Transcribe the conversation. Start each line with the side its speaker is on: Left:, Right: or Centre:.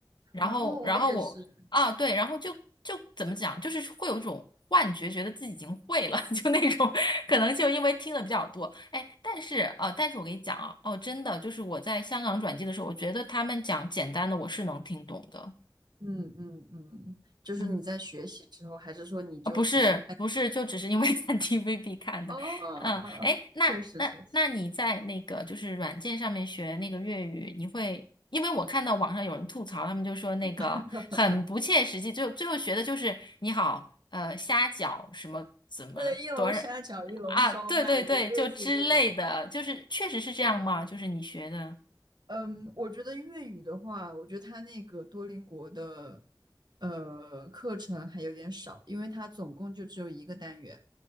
Left: 然后，
Right: 哦，我也是，
Left: 然后我啊，对，然后就就怎么讲，就是会有一种幻觉，觉得自己已经会了，<laughs> 就那种可能就因为听的比较多，哎，但是啊，但是我跟你讲啊，哦，真的，就是我在香港转机的时候，我觉得他们讲简单的我是能听懂的，
Right: 嗯嗯嗯，就是你在学习之后，
Left: 嗯。
Right: 还是说你就只是？
Left: 啊，不是不是，就只是因为 <laughs> 看 TVB 看的，
Right: 哦，
Left: 嗯，哎，那那那你在那个就是软件上面学那个粤语，
Right: 确实确实
Left: 你会，因为我看到网上有人吐槽，他们就说那个很不切实际，
Right: <laughs>，
Left: 最后最后学的就是你好，呃，虾饺什么怎么多少
Right: 对，一笼沙饺、一笼烧麦，
Left: 啊，对对对，
Right: 就类似于这种。
Left: 就之类的，就是确实是这样吗？
Right: 是的，是的。
Left: 就是你学的
Right: 嗯，我觉得粤语的话，我觉得它那个多邻国的呃课程还有点少，因为它总共就只有一个单元。